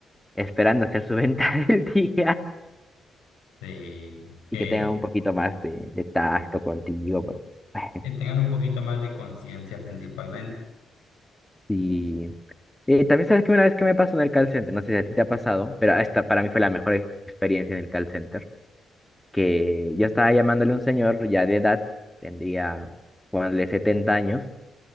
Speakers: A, in the centre; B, on the left (about 80°).
A: esperando hacer su venta <laughs> del día
B: Sí, que,
A: y que tengan un poquito más de, de tacto contigo. Pues, bueno,
B: que tengan un poquito más de conciencia principalmente.
A: sí. Eh, también sabes que una vez que me pasó en el call center, no sé si a ti te ha pasado, pero esta para mí fue la mejor ex- experiencia en el call center, que yo estaba llamándole a un señor ya de edad, tendría, ponle 70 años,